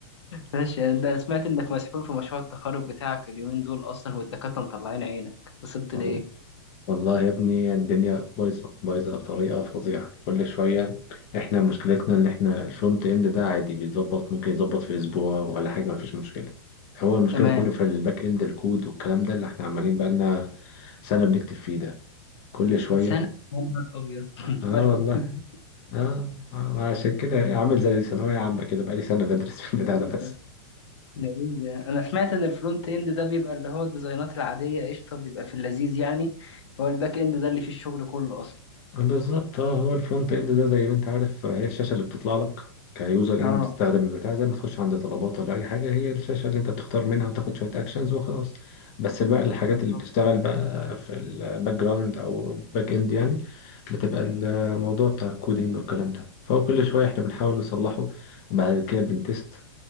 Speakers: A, on the left; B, on the left.
A: ماشي يعني ده أنا سمعت انك مسحول في مشروع التخرج بتاعك اليومين دول اصلا والدكاتره مطلعين عينك وصلت
B: والله
A: لايه
B: والله يا ابني الدنيا بايظة بايظة بطريقة فظيعة كل شوية احنا مشكلتنا اللي احنا الفرونت اند ده عادي بيتظبط ممكن يتظبط في اسبوع ولا حاجة مفيش مشكلة هو المشكلة
A: تمام
B: كله في الباك اند الكود والكلام ده اللي احنا عمالين بقالنا سنة بنكتب فيه ده كل شوية
A: سنه يا نهار ابيض <laughs>
B: اه
A: تبارك
B: والله
A: الله.
B: اه آه، عشان كده عامل زي ثانوية عامة كده بقالي سنة بدرس في البتاع
A: <laughs>
B: ده بس
A: لأن انا سمعت ان الفرونت اند ده بيبقى اللي هو الديزاينات العاديه قشطه بيبقى في اللذيذ يعني هو الباك اند ده اللي فيه الشغل كله اصلا
B: بالظبط اه هو الفرونت اند ده زي ما انت عارف آه، هي الشاشه اللي بتطلع لك كيوزر
A: اه
B: يعني بتستخدم البتاع زي ما تخش عند طلبات ولا اي حاجه هي الشاشه اللي انت بتختار منها وتاخد شويه اكشنز وخلاص بس بقى الحاجات
A: بالظبط
B: اللي بتشتغل بقى في الباك جراوند او باك اند يعني بتبقى الموضوع بتاع الكودينج والكلام ده فهو كل شويه احنا بنحاول نصلحه وبعد كده بنتست